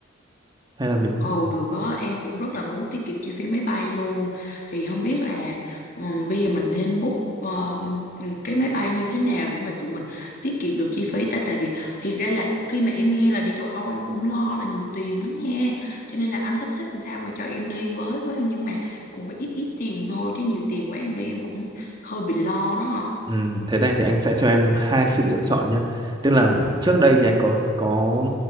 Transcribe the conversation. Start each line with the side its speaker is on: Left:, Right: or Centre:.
Right: Hay là mình
Left: Ồ được á, em cũng rất là muốn tiết kiệm chi phí máy bay luôn. Thì không biết là ừm, bây giờ mình nên book ờ, cái máy bay như thế nào để mà tụi mình tiết kiệm được chi phí ta tại vì thiệt ra là khi mà em nghe là đi châu Âu em cũng lo là nhiều tiền lắm nha. Cho nên là anh sắp xếp làm sao mà cho em đi với với nhưng mà cũng phải ít ít tiền thôi chứ nhiều tiền quá em đi em cũng hơi bị lo đó.
Right: Ừ, thế này thì anh sẽ cho em hai sự lựa chọn nhé. Tức là trước đây thì anh có có